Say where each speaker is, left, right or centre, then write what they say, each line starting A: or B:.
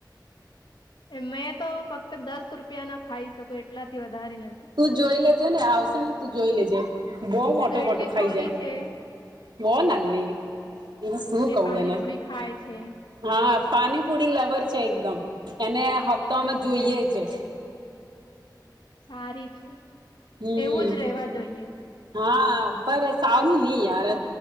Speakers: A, on the left (about 85°); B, on the right (about 80°).
A: એમ તો ફક્ત દસ રૂપ રૂપિયા ના ખાઈ શકો એટલાથી વધારે નથી
B: તું જોઈ લેજે ને આવશે ને તું જોઈ લેજે બહ મોટું
A: એ તો
B: મોટો
A: એટલી
B: ખાઈ
A: છોટી
B: જ
A: છે
B: બહ નાાલ લે શું
A: અને
B: કવું
A: પાણીપુરી
B: એને
A: ખાય છે
B: હા પાણીપુરી લવર છે એકદમ એને સપ્તામાં જોઈએ છે
A: સારી છે
B: હમ
A: એવું જ રહેેવા જોઈએ
B: હા પર સારું નઈ યાર